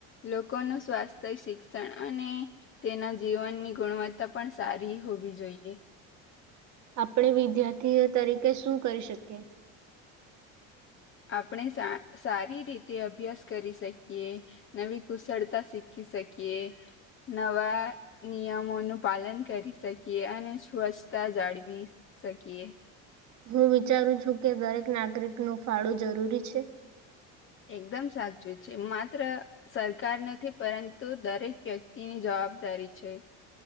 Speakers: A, on the left (about 35°); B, on the right (about 50°).
A: લોકોનું સ્વાસ્થ્ય શિક્ષણ અને તેના જીવનની ગુણવત્તા પણ સારી હોવી જોઈએ
B: આપણે વિદ્યાર્થીઓ તરીકે શું કરી શકીએ
A: આપણે સારી રીતે અભ્યાસ કરી શકીએ નવી કુશળતા શીખી શકીએ નવા નિયમોનું પાલન કરી શકીએ અને સ્વચ્છતા જાળવી શકીએ
B: હું વિચારું છું કે દરેક નાગરિક નું ફાળું જરૂરી છે
A: એકદમ સાચું છે માત્ર સરકાર નથી પરંતુ દરેક વ્યક્તિની જવાબદારી છે